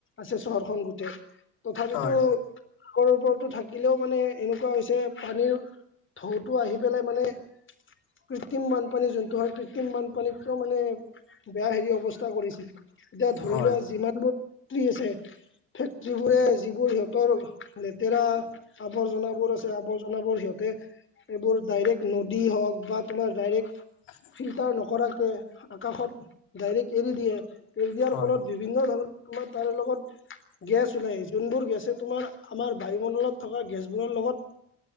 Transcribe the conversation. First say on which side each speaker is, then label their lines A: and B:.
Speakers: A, on the left; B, on the left.
A: আছে চহৰখন গোটেই তথাপিতো
B: হয়
A: ক'ৰ ওপৰতো থাকিলেও মানে এনেকুৱা হৈছে পানীৰ ঢৌটো আহি পেলাই মানে কৃত্ৰিম বানপানী যোনটো হয় কৃত্ৰিম বানপানীত কৈ মানে বেয়া হেৰি অৱস্থা কৰিছিল এতিয়া ধৰি
B: হয়
A: লোৱা যিমানবোৰ কিও আছে ফেক্টৰীবোৰৰ যিবোৰ সিহঁতৰ লেতেৰা আৱৰ্জনাবোৰ আছে আৱৰ্জনাবোৰ সিহঁতে এইবোৰ ডাইৰেক্ট নদী হওক বা তোমাৰ ডাইৰেক্ট
B: <unintelligible>
A: ফিল্টাৰ নকৰাকে আকাশত ডাইৰেক্ট এৰি দিয়ে এৰি দিয়াৰ
B: হয়
A: ফলত বিভিন্ন ধৰণৰ আমাৰ তাৰ লগত গেছ ওলাই যোনবোৰ গেছে তোমাৰ আমাৰ বায়ুমণ্ডলত থকা গেছবোৰৰ লগত।